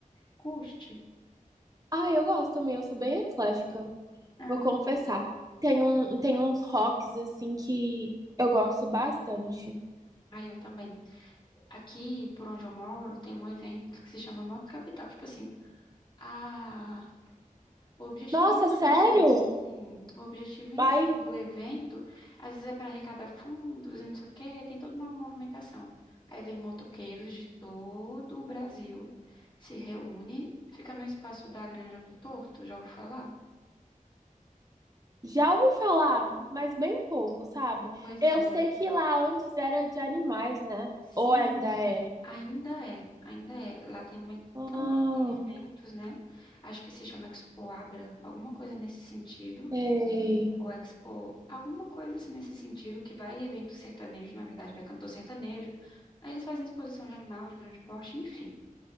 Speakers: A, on the left; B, on the right.
A: curte?
B: Ai, eu gosto também, eu sou bem eclética,
A: Ah,
B: vou confessar.
A: eu também.
B: Tem um, tem uns rocks assim que eu gosto bastante.
A: Ah, eu também. Aqui, por onde eu moro, tem um evento que se chama Moto Capital. Tipo assim, a O objetivo
B: Nossa,
A: em si,
B: sério?
A: sim, o objetivo em
B: Ai,
A: si do evento, às vezes é para arrecadar fundos e não sei o quê, tem toda uma movimentação. Aí vem motoqueiros de todo o Brasil, se reúne, fica no espaço da Granja do Torto, já ouviu falar?
B: já ouvi falar, mas bem pouco, sabe?
A: Pois
B: Eu
A: é,
B: sei que lá antes era de animais, né?
A: sim,
B: Ou ainda é?
A: ainda é, ainda é. Lá tem, também
B: Ah,
A: também tem eventos, né? Acho que se chama Expo Abra, alguma coisa nesse sentido.
B: sei.
A: ou Expo, alguma coisa assim nesse sentido, que vai evento sertanejo, na verdade, vai cantor sertanejo. Aí eles fazem exposição de animal de grande porte, enfim.